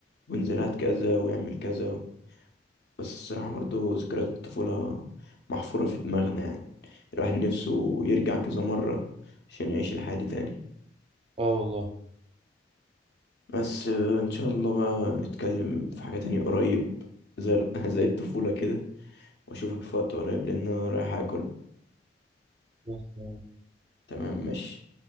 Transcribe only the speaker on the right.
اه والله
بس يعني.